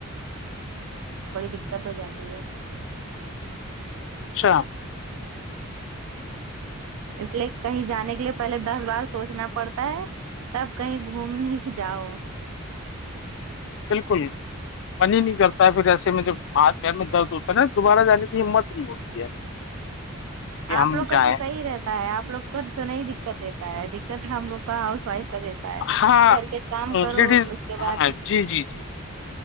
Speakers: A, on the right (about 75°); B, on the left (about 55°).
A: بڑی دقت ہو جاتی ہے
B: اچھا
A: اس لیے کہیں جانے کے لیے پہلے دس بار سوچنا پڑتا ہے تب کہیں گھومنے جاؤ
B: بالکل من ہی نہیں کرتا ہے پھر ایسے میں جب ہاتھ پیر میں درد ہوتا ہے نا دوبارہ جانے کی ہمت نہیں ہوتی ہے کہ ہم
A: آپ لگ
B: جائیں
A: کا تو سحی رہتا آپوگ کو تو نہیں دقت دیتا ہے دقت ہم لوگ کا ہاؤس وائف کا دیتا ہے
B: ہاں
A: گھر کے کام کرو
B: لیڈیز
A: اس کے بعد
B: ہاں جی جی جی